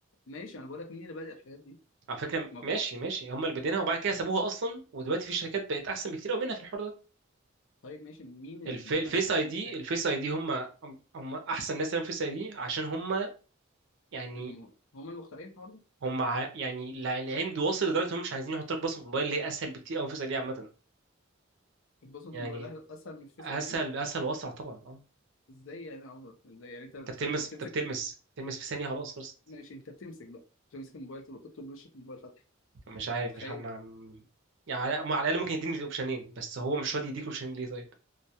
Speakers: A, on the left; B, on the right.
A: ماشي انا بقول لك مين اللي بادئ الحاجات دي
B: على فكره
A: ما
B: ماشي
A: هو كان
B: ماشي هم اللي بادينها وبعد كده سابوها اصلا ودلوقتي في شركات بقت احسن بكتير قوي منها في الحوار ده
A: طيب ماشي مين المؤسس
B: الف... الفيس اي دي
A: الفكر
B: الفيس اي دي هم هم احسن ناس تعمل فيس اي دي عشان هم يعني
A: اللي م... هم المخترعين الحوار ده
B: هم ع... يعني العند واصل لدرجه هم مش عايزين يحطوا لك بصمه موبايل اللي هي اسهل بكتير قوي من فيس اي دي عامه
A: البصمه
B: يعني
A: في الموبايل أهل- اسهل من الفيس
B: اسهل
A: اي دي
B: اسهل واسرع طبعا اه
A: ازاي يعني يا عمر ازاي يعني انت بت...
B: انت بتلمس انت
A: تمسك
B: بتلمس بتلمس في ثانيه خلاص خلصت
A: ماشي انت بتمسك بقى تمسك الموبايل تبقى تحط له وشك الموبايل انت
B: مش عارف
A: متخيل
B: مش هم يعني على ما على الاقل ممكن يديني الاوبشنين بس هو مش راضي يديك الاوبشنين ليه طيب